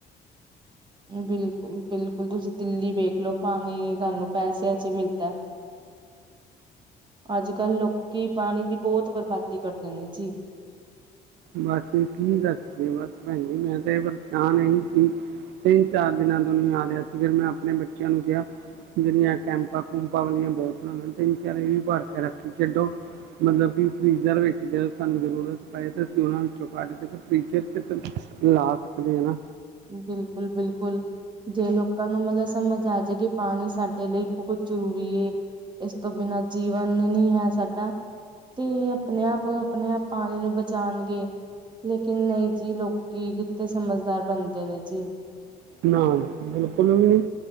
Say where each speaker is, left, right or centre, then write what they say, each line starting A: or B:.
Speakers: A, on the right; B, on the right.
A: ਬਿਲਕੁਲ -ਬਿਲਕੁਲ, ਤੁਸੀਂ ਦਿੱਲੀ ਵੇਖ ਲਓ ਪਾਣੀ ਤੁਹਾਨੂੰ ਪੈਸਿਆਂ ਚ ਮਿਲਤਾ। ਅੱਜ -ਕੱਲ੍ਹ ਲੋਕੀ, ਪਾਣੀ ਦੀ ਬਹੁਤ ਬਰਬਾਦੀ ਕਰਦੇ ਨੇ ਜੀ।
B: ਬਸ ਕੀ, ਦੱਸੀਏ, ਬਸ ਭੈਣ ਜੀ, ਮੈਂ ਤੇ ਪਰੇਸ਼ਾਨ ਇੰਨੀ ਸੀ। ਤਿੰਨ, ਚਾਰ ਦਿਨਾਂ ਤੋੰ ਨਹੀਂ ਆ ਰਿਹਾ ਸੀ। ਫਿਰ ਮੈਂ, ਆਪਣੇ ਬੱਚਿਆਂ ਨੂੰ ਕਿਹਾ ਜਿਹੜੀਆਂ, ਕੈਂਪਾਂ -ਕੂੰਪਾਂ ਵਾਲੀਆਂ ਬੋਤਲਾਂ ਨੇ, ਤਿੰਨ, ਚਾਰ ਇਹ ਵੀ ਭਰ ਕੇ ਰੱਖ। ਛੱਡੋ, ਮਤਲਬ ਕਿ ਫਰੀਜ਼ਰ ਵਿੱਚ, ਜਦੋਂ ਸਾਨੂੰ ਜ਼ਰੂਰਤ ਪਏ ਤਾਂ, ਅਸੀਂ ਉਹਨਾਂ ਚੋ ਕੱਢ ਕੇ, ਫ੍ਰੀਜਰ ਚ ਤੇ, ਲਾ ਸਕਦੇ ਹਾਂ ਨਾ।
A: ਬਿਲਕੁਲ- ਬਿਲਕੁਲ, ਜੇ ਲੋਕਾਂ ਨੂੰ ਮਤਲਬ, ਸਮਝ ਆ ਜਾਏਗੀ। ਪਾਣੀ, ਸਾਡੇ ਲਈ ਬਹੁਤ ਜ਼ਰੂਰੀ ਏ, ਇਸ ਤੋਂ ਬਿਨਾਂ ਜੀਵਨ ਨਹੀਂ ਹੈ ਸਾਡਾ। ਤੇ, ਆਪਣੇ ਆਪ -ਆਪਣੇ ਆਪ ਪਾਣੀ ਨੂੰ, ਬਚਾਉਣਗੇ। ਲੇਕਿਨ, ਨਹੀਂ ਜੀ, ਲੋਕੀ ਕਿੱਥੇ ਸਮਝਦਾਰ ਬਣਦੇ ਨੇ ਜੀ।
B: ਨਾ, ਬਿਲਕੁਲ ਵੀ ਨਹੀਂ।